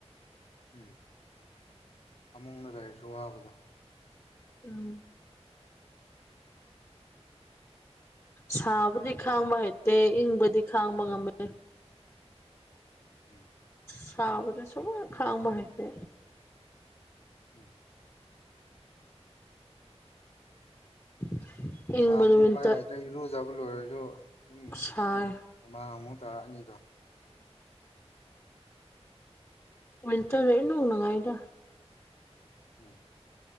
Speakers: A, on the left; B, on the left.
A: ꯎꯝ ꯐꯃꯨꯡꯅ ꯂꯩꯔꯁꯨ ꯋꯥꯕꯗ <inaudible>
B: ꯎꯝ
A: <inaudible> <inaudible>
B: ꯁꯥꯕꯨꯗꯤ ꯈꯥꯡꯕ ꯍꯩꯇꯦ ꯏꯪꯕꯗꯤ ꯈꯥꯡꯕ ꯉꯝꯃꯦ
A: ꯎꯝ
B: ꯁꯕꯗ ꯁꯃ ꯈꯥꯡꯕ ꯍꯩꯈꯦ
A: ꯎꯝ
B: <inaudible>
A: ꯁꯥꯕꯨꯗꯤ
B: ꯋꯤꯟꯇꯔ
A: ꯄꯥꯏ ꯂꯩꯇ꯭ꯔꯦ ꯏꯔꯨꯖꯕ ꯂꯣꯏꯔꯁꯨ ꯑꯗꯨꯝ
B: ꯁꯥꯏ
A: ꯃꯃꯥꯡ ꯑꯃꯨꯛ ꯇꯥꯔꯛꯑꯅꯤꯗꯣ
B: ꯎꯝ ꯎꯇꯅꯅꯉ ꯏꯗ
A: ꯎꯝ